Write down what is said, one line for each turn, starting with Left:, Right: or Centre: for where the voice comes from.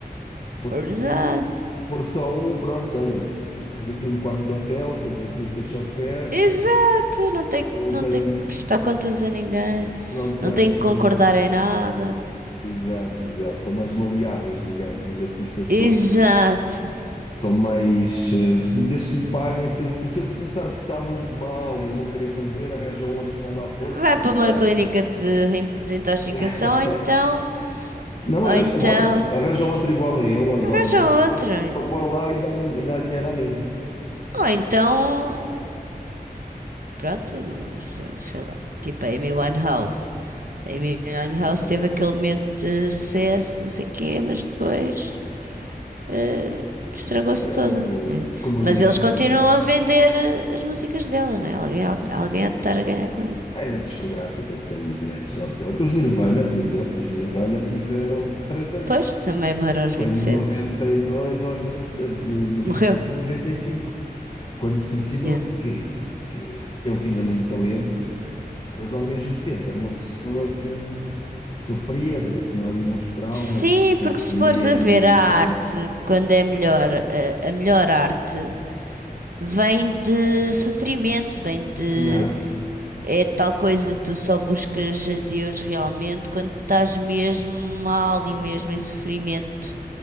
Left: Se for só
Right: Exato,
Left: um, se for só um, pronto, olha, tens aqui o quarto de hotel, tens aqui o teu chofer,
Right: exato, não tem, que-
Left: não
Right: não
Left: tem,
Right: tem que prestar contas a ninguém,
Left: não tem.
Right: não tem que concordar em nada.
Left: Exato, exato. São mais maleáveis, digamos, os artistas
Right: Exato.
Left: de São mais. eh, Se, desde que lhe paguem, se ele, por se ele se começar a portar muito mal e a não querer fazer, arranjam outros para lá pôr.
Right: Vai para
Left: para
Right: uma clínica
Left: dar.
Right: de rein- desintoxicação
Left: <laughs>
Right: ou então,
Left: Não,
Right: ou
Left: arranjam
Right: então,
Left: outro. Arranjam outro igual a ele ou igual
Right: arranja
Left: a ele
Right: outra.
Left: para, para pôr lá e dar, e dar dinheiro à mesma.
Right: Ou então, pronto, se- sei lá, tipo a Amy Winehouse. A Amy Winehouse
Left: Pois.
Right: teve aquele momento de sucesso, não sei o quê, mas depois eh, estragou-se
Left: Eh,
Right: toda, né?
Left: como
Right: Mas
Left: os Nirvana.
Right: eles continuam a vender eh, as músicas dela, não é? Alguém, há-
Left: Sim.
Right: alguém há de estar a ganhar com isso.
Left: É a discográfica que tem os direitos de autor. Os Nirvana, por exemplo, os Nirvana tiveram três anos.
Right: Pois, também morreu aos
Left: Foi
Right: vinte
Left: de
Right: e
Left: 92
Right: sete
Left: aos noventa de 92
Right: Morreu?
Left: a noventa e cinco Quando se suicidou,
Right: Yeah.
Left: porquê? Porque ele tinha muito talento, mas ao mesmo tempo era uma pessoa que sofria, tinha ali uns traumas
Right: Sim,
Left: e consumia
Right: porque se fores a ver
Left: muita.
Right: a arte, quando é melhor, a, a melhor arte vem de sofrimento, vem de
Left: Yeah.
Right: É tal coisa, tu só buscas a Deus realmente quando estás mesmo mal e mesmo em sofrimento